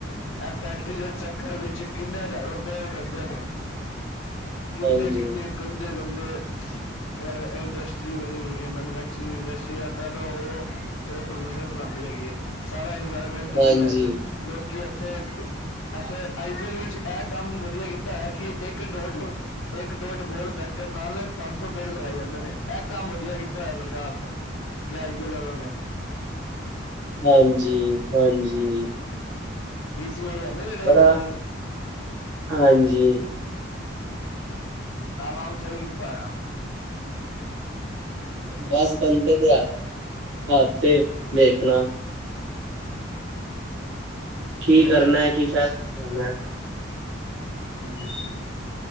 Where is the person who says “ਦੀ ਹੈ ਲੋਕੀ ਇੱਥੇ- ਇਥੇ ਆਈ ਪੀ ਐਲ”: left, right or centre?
Left